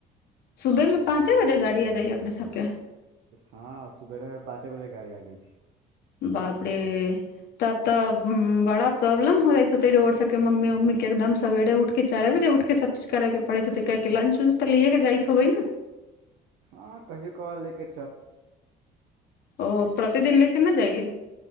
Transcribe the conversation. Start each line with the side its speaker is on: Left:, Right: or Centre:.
Left: सुबहमे पाँचे बजे गाड़ी आ जाइया अपने सबके
Right: हँ सुबेरे पाँचे बजे गाड़ी आ जाइ छी
Left: बाप रे तब तऽ बड़ा प्रॉब्लम हो जाइत होतै रोड सभके मम्मी उम्मीके एकदम सवेरे उठि कऽ चारि बजे उठि कऽ सभचीज करयके पड़ैत होतै किाहकि लंच उच तऽ लिए कऽ जाइत होबै ने
Right: हँ कहियो कहल लके
Left: ओ प्रतिदिनल ना जाइली